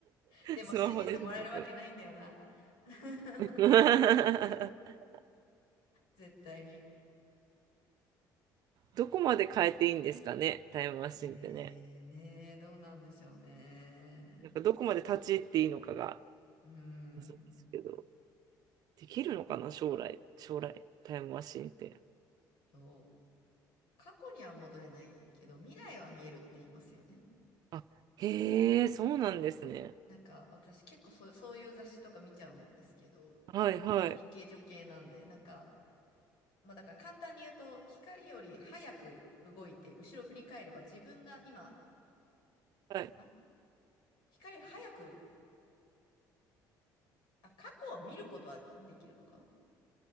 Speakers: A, on the left; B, on the right.
A: でも、
B: スマホで写真撮る。
A: 信じてもらえるわけないんだよな。<laughs>
B: <laughs>
A: 絶対に。
B: どこまで変えていいんですかね、タイムマシンってね。
A: えー、ねえ、どうなんでしょうね。
B: なんかどこまで立ち入っていいのかが、
A: うーん
B: <laughs> そうですけど、できるのかな、将来、将来、タイムマシンって。
A: と、過去には戻れないけど、未来は見えるって言いますよね。
B: あ、へえ、そうなんですね。
A: なんか私結構そうそういう雑誌とか見ちゃうんですけど、
B: はいはい。
A: 理系女系なんで、なんか、まあだから簡単に言うと、光より早く動いて、後ろ振り返れば自分が今、
B: はい。
A: あ、光より早く、あ、過去を見ることはできるのかな